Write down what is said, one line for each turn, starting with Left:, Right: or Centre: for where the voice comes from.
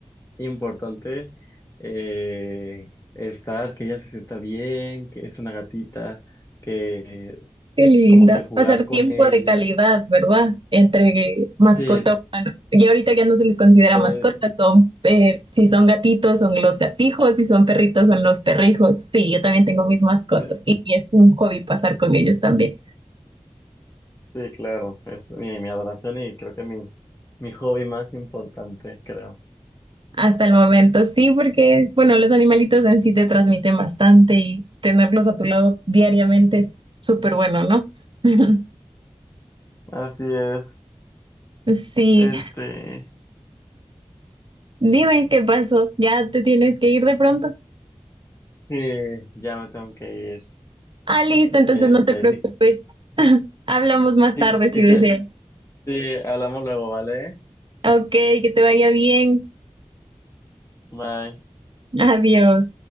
Left: importante, eh, estar, que ella se sienta bien, que es una gatita, que
Right: Qué linda.
Left: como que jugar
Right: Pasar tiempo
Left: con ella.
Right: de calidad, ¿verdad? Entre mascota
Left: Sí,
Right: humano. Y ahorita ya no se les considera
Left: eh,
Right: mascota, son, eh, si son gatitos, son los gatijos, si son perritos, son los perrijos. Sí, yo también tengo mis mascotas
Left: sí,
Right: y es un hobby pasar con ellos también.
Left: sí, claro, es mi, mi adoración y creo que mi, mi hobby más importante, creo.
Right: Hasta el momento, sí, porque, bueno, los animalitos en sí te transmiten bastante y tenerlos a tu lado diariamente es súper bueno, ¿no? <laughs>
Left: Así es,
Right: Sí,
Left: este,
Right: Dime qué pasó. Ya te tienes que ir de pronto.
Left: sí, ya me tengo que ir.
Right: Ah, listo, entonces
Left: Este,
Right: no te preocupes.
Left: sí,
Right: <laughs> Hablamos más
Left: sí,
Right: tarde
Left: sí
Right: si deseas.
Left: que, sí, hablamos luego, ¿vale?
Right: Ok, que te vaya bien.
Left: Bye.
Right: Adiós.